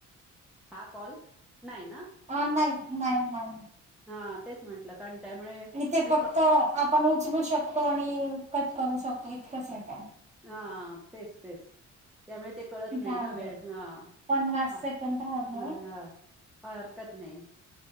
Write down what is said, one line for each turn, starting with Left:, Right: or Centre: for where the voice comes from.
Centre: हा कॉल नाही ना <unintelligible>
Right: अ नाही नाही नाही <unintelligible>
Centre: हा तेच म्हटलं कारण त्यामुळे म्हणजे
Right: इथे फक्त आपण उचलू शकतो आणि कट करू शकतो इतकेच य त्यात
Centre: हा तेच तेच त्यामुळे ते कळत
Right: झालं
Centre: नाही ना वेळ ह
Right: पन्नास
Centre: का
Right: सेकंद राहिलं
Centre: हरकत नाही